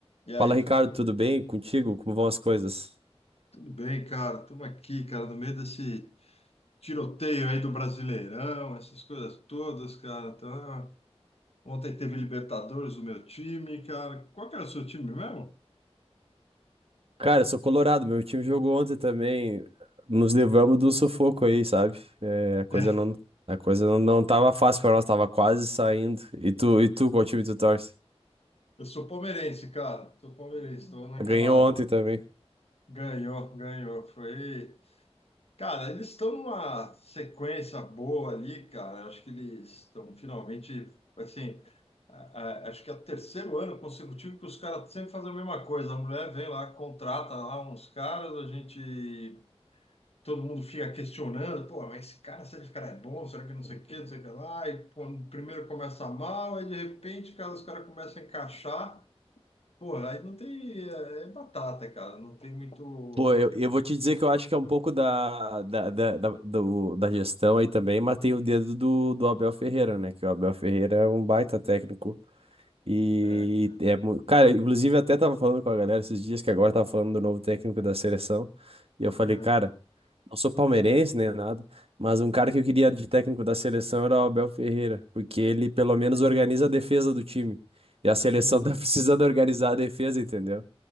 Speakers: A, on the left; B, on the right.
A: E aí,
B: Fala, Ricardo,
A: Felipe?
B: tudo bem contigo? Como vão as coisas?
A: Tudo bem, cara? Estamos aqui, cara, no meio desse tiroteio aí do Brasileirão, essas coisas todas, cara. Então, ontem teve Libertadores do meu time, cara. Qual que era o seu time mesmo?
B: Cara, eu sou colorado, meu time jogou ontem também. Nos levamos do sufoco aí, sabe? É, a coisa
A: É,
B: não, a coisa não, não tava fácil pra nós, tava quase saindo. E tu, e tu, qual time tu torce?
A: eu sou palmeirense, cara. Sou palmeirense. Estou naquela.
B: Ganhou ontem também.
A: Ganhou, ganhou. Foi. Cara, eles estão numa sequência boa ali, cara. Acho que eles estão finalmente, assim, a- a- acho que é o terceiro ano consecutivo que os caras sempre fazem a mesma coisa. A mulher vem lá, contrata lá uns caras, a gente, todo mundo fica questionando, pô, mas esse cara, será que esse cara é bom? Será que não sei o quê, não sei o que lá? E pô, primeiro começa mal, aí de repente, cara, os caras começam a encaixar. Porra, aí não tem, é, é batata, cara, não tem muito,
B: Pô, eu, eu vou te dizer que eu acho que é um pouco da, da, da, da, do- da gestão aí também, mas tem o dedo do, do Abel Ferreira, né? Que o Abel Ferreira é um baita técnico. E
A: é, cara.
B: é, mu- cara, inclusive eu até tava falando com a galera esses dias que agora tava falando do novo técnico da seleção. E eu falei,
A: É,
B: cara, não sou palmeirense nem nada, mas um cara que eu queria de técnico da seleção era o Abel Ferreira, porque ele pelo menos organiza a defesa do time. E a seleção
A: é.
B: <laughs> tá precisando organizar a defesa, entendeu?